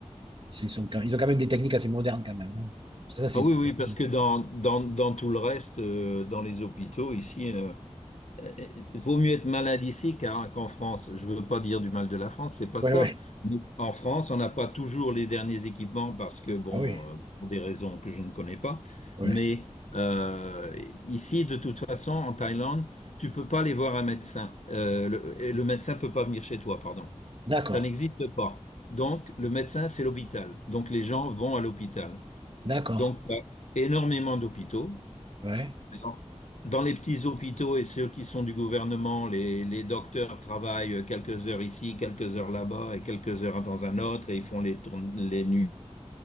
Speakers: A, on the right; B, on the left.
A: c'est- ils sont, quand- ils ont quand même des techniques assez modernes quand même. hein. Parce que ça c'est,
B: Ah oui,
A: c'est-
B: oui,
A: c'est-
B: parce que dans, dans, dans tout le reste, euh, dans les hôpitaux, ici, euh, euh, vaut mieux être malade ici qu'à- qu'en France. Je veux pas dire du mal de la France, c'est pas
A: ouais
B: ça.
A: ouais,
B: Mais en France, on n'a pas toujours les derniers équipements parce que, bon,
A: ah oui,
B: euh, pour des raisons que je ne connais pas.
A: ouais.
B: Mais euh, ici, de toute façon, en Thaïlande, tu peux pas aller voir un médecin. Euh, le, et le médecin peut pas venir chez toi, pardon.
A: D'accord,
B: Ça n'existe pas. Donc, le médecin, c'est l'hôpital. Donc, les gens vont à l'hôpital.
A: d'accord,
B: Donc, il y a énormément d'hôpitaux.
A: ouais.
B: Dans dans les petits hôpitaux et ceux qui sont du gouvernement, les, les docteurs travaillent quelques heures ici, quelques heures là-bas et quelques heures dans un autre et ils font les, tourn- les nuits.